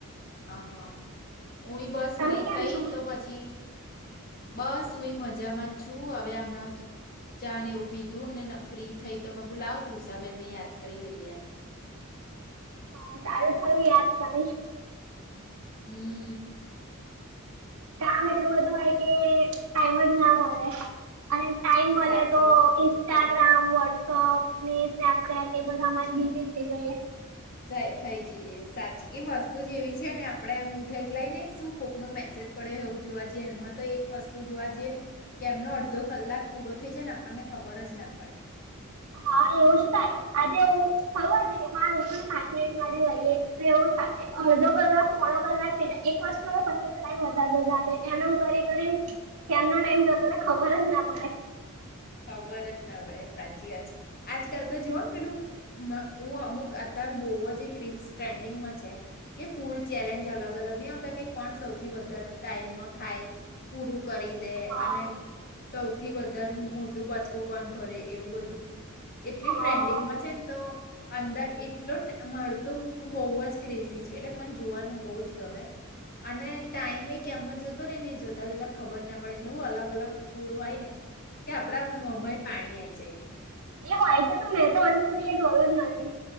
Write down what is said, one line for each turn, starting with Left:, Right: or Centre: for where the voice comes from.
Left: હહા હય બસ
Right: તમે
Left: ફ્રી
Right: કેમ
Left: થઈ
Right: છો
Left: તો પછી બસ હું મજામાં જ છું હવે હમણાં જ ચા ને એવું પીધું ને ફ્રી થઈ તો મગું લાવ ઋષાબેનને યાદ કરી લઈએ એમ
Right: હા તારું થયું યાદ
Left: એટલે
Right: કરીશ
Left: હમ
Right: કામ એટલું બધું હોય કે ટાઈમ જ ના મળે અને ટાઈમ મળે
Left: સાચી
Right: તો
Left: વાત
Right: ઇન્સ્ટાગ્રામ વોટ્સઅપ ને સ્નેપચેટ એ બધા અમાં જ બીઝી થઇ ગઈએ
Left: થઈ જઈએ સાચી એ વસ્તુ જેવી છે ને આપણેે એમું થઈ કે લઈ ને શું કોકનો મેસેજ પડે એવું જોવા જઈએમાં તો એક વસ્તુ જોવા જઈએ ને કે એમનો અડધો કલાક પૂરો થઈ જાય ને આપણને ખબર જ ના પડે
Right: હા એવું શ થાય આજે એવું થયું ને હા કુલ પાંચ મિનિટ માટે જઈએ તો એવું થાય અડધો કલાક પોણો કલાક છે એક વાસ્તુ પછીનો ટાઈમ વધારો લાદે એનો કરી કરી કેમનો ટાઈમ જોતોયને ખબર જ ના પડે
Left: ખબર જ ના પડે સાચી વાત આજકાલ તો જોવ પેલું હું અમુક અત્યાર બોવવા જ એક રીલ્સ ટ્રેન્ડિંગમાં છે કે ફૂડ ચેલેન્જ અલગ અલગ નહી આવતા કે કોણ સૌથી વધારે ટાઈમમાં ખાય પૂરું કરી દે
Right: હા
Left: અને સૌથી વધારે મોટ કો ભરે એવું બધું એટ ટન્ંગ
Right: હા
Left: છે ને તો અંદર એટલો મળતો હું બહુ જ ક્રેઝી છું એટલે મને જોવાનું બહુ જ ગમે અને ટાઈમ એ કે એમનો જોતો રહેે નને જોતા જોતા ખબર ના પડે ને એવું અલગ અલગ ફૂડ હોય ને કે આપડા મોમઈ પાણી આવીઈ જાય
Right: એ હોય છે શું? મેં તો હજુ સુધી એ જોયું જ નથી